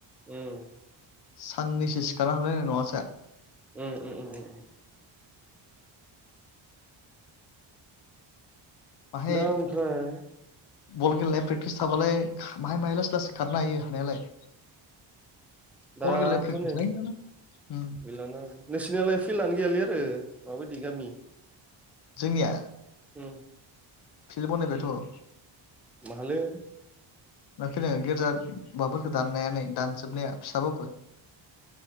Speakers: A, in the centre; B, on the left (about 55°).
A: उम।
B: साननैसो सिखारना हरलायनाय न'आसा।
A: ओ ओ ओ।
B: बाहाय
A: दा ओमफ्राय
B: बल गेलेनाया प्रेकटिस थाबालाय माहाय माहाय लासै लासै खारनो हायो हानायालाय।
A: दाथ'
B: बल गेलेनाय प्रेक्टिस
A: नै
B: ना गैलाना। उम
A: बेल' न नेसनेल फिल्डआनो गैयालै आरो माबायदि गामि।
B: जोंनिया
A: ओ।
B: फिल्द बनायबायथ'।
A: माहालै।
B: <unintelligible> गिर्जा माबाफोरखौ दाननायनानै दानजोबनाया फिसाबाबो।